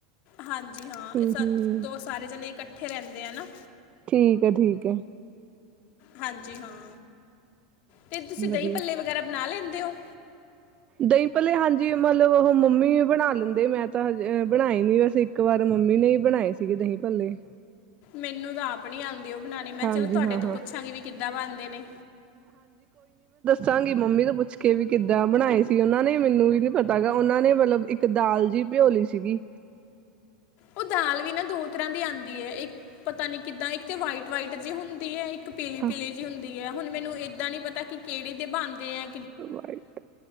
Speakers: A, on the left; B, on the right.
A: ਹਾਂਜੀ ਹਾਂ
B: ਹਮ
A: ਇਹ ਸ
B: ਹਮ
A: ਦੋ ਸਾਰੇ ਜਣੇ ਇਕੱਠੇ ਇਕੱਠੇ ਰਹਿੰਦੇ ਆ ਨਾ
B: ਠੀਕ ਹੈ- ਠੀਕ ਹੈ
A: ਹਾਂਜੀ ਹਾਂ ਤੇ ਤੁਸੀਂ ਦਹੀਂ
B: ਵਧੀਆ
A: ਪੱਲੇ ਵਗੈਰਾ ਬਣਾ ਲੈਂਦੇ ਦਿਓ
B: ਦਹੀਂ ਪੱਲੇ ਹਾਂਜੀ ਮਤਲਬ ਉਹ ਮੰਮੀ ਬਣਾ ਲੈਂਦੇ ਮੈਂ ਤਾਂ ਹਜੇ ਬਣਾਈ ਨੀ ਬਸ ਇੱਕ ਵਾਰ ਮੰਮੀ ਨੇ ਹੀ ਬਣਾਏ ਸੀਗੇ ਦਹੀਂ ਪੱਲੇ
A: ਮੈਨੂੰ ਤਾਂ ਆਪਣੀ ਆਨ ਦੇ ਓ ਬਣਾਉਣੇ ਮੈਂ
B: ਹਾਂਜੀ
A: ਚਲੋ ਤੁਹਾਡੇ
B: ਹਾਂ
A: ਤੋਂ
B: ਹਾਂ
A: ਪੁੱਛਾਂਗੀ ਵੀ ਕਿ ਕਿੱਦਾਂ ਬਣਦੇ ਨੇ
B: ਸਾਂਗੀ ਮੰਮੀ ਤੋਂ ਪੁੱਛ ਕੇ ਵੀ ਕਿੱਦਾਂ ਬਣਾਏ ਸੀ ਉਹਨਾਂ ਨੇ ਮੈਨੂੰ ਵੀ ਨੀ ਪਤਾਾ ਉਹਨਾਂ ਨੇ ਮਤਲਬ ਇੱਕ ਦਾਲ ਜਿਹੀ ਪਿਓਲੀ ਸੀਗੀ
A: ਉਹ ਦਾਲ ਵੀ ਨਾ ਦੋ ਤਰ੍ਹਾਂ ਦੀ ਆਉਂਦੀ ਹੈਏ ਪਤਾ ਨੀ ਕਿੱਦਾਂ ਇੱਕ ਤੇ ਵਾਈਟ- ਵਾਈਟ ਜੇ ਹੁੰਦੀ ਆ ਇੱਕ ਪੀਲੀ
B: ਹਾਂ
A: -ਪੀਲੀ ਜਿ ਹੁੰਦੀ ਹੁਣ ਮੈਨੂੰ ਏਦਾਂ ਨੀ ਪਤਾ ਕਿਹੜੇ ਦੇ ਬਣਦੇ ਹੈ
B: ਵਾਈਟ